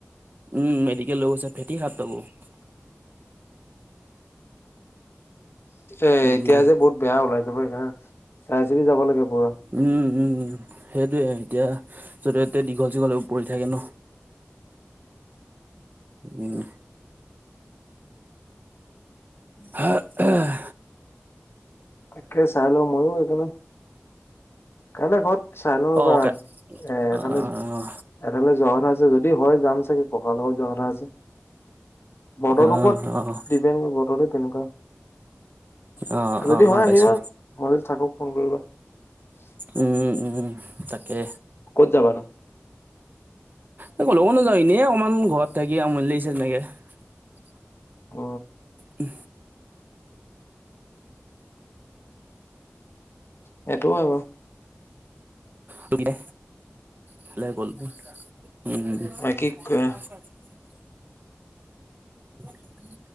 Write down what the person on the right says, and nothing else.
উম মেডিকেল লগৈছে ফেটি সাপ তাকো। <unintelligible>
উম,
উম, উম সেইটয়ে এতিয়া জতে ততে দীঘল চীঘলে পৰি থাকে ন। উম। হ আহ।
অ', কাই
অ',
অ',
অ',
অ',
অ',
গম
পাইছো।
উম, উম, তাকে।
এই কলৈকো নোযাওঁ এনে অকণমান ঘৰত থাকি আমনী লাগিছে তেনেকে। <unintelligible>
উ।
তোলে এফালে গল উম। <unintelligible>
<inaudible>